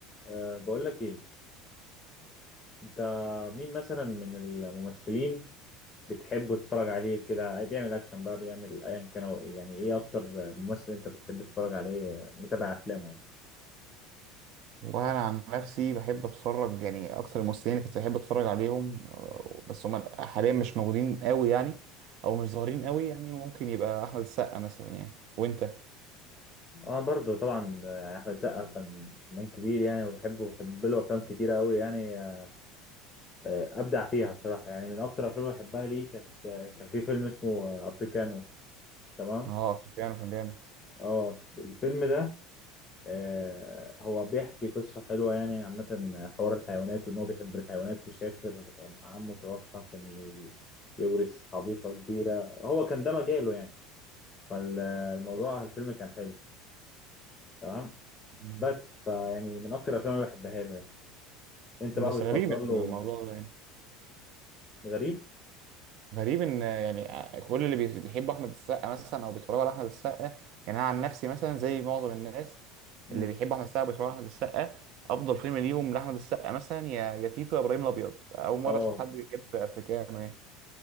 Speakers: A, on the left; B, on the right.
A: أه بقول لك ايه انت مين مثلا من الممثلين بتحب تتفرج عليه كده بيعمل اكشن بقى بيعمل ايا كان هو ايه يعني ايه اكتر ممثل انت بتحب تتفرج عليه متابع افلامه يعني
B: والله انا عن نفسي بحب اتفرج يعني اكتر الممثلين اللي كنت بحب اتفرج عليهم آه، بس هم حاليا مش موجودين قوي يعني او مش ظاهرين قوي يعني ممكن يبقى احمد السقا مثلا يعني وانت
A: انا برضو طبعا يعني احمد السقا فنان كبير يعني وبحبه وبحب له افلام كتيره قوي يعني أه، ابدع فيها بصراحه يعني من اكتر الافلام اللي بحبها ليه كانت آه، كان في فيلم اسمه افريكانو تمام
B: اه افريكانو كان جامد
A: اه الفيلم ده آه، هو بيحكي قصة حلوة يعني عامة حوار الحيوانات وإن هو بيحب الحيوانات وسافر عمه توفى عشان ي- يورث حديقة كبيرة هو كان ده مجاله يعني فالموضوع الفيلم كان حلو تمام
B: مم.
A: بس فيعني من أكتر الأفلام اللي بحبها له يعني أنت
B: بس
A: بقى بتفضل
B: غريب يعني
A: له
B: الموضوع ده يعني.
A: غريب؟
B: غريب ان يعني كل اللي بي- بيحبوا احمد السقا مثلا او بيتفرجوا على احمد السقا يعني انا عن نفسي مثلا زي معظم الناس
A: مم.
B: اللي بيحبوا احمد السقا بيتفرجوا على احمد السقا افضل فيلم ليهم لاحمد السقا مثلا يا يا تيتو يا ابراهيم الابيض اول مره
A: اه
B: اشوف حد بيحب افريكانو يعني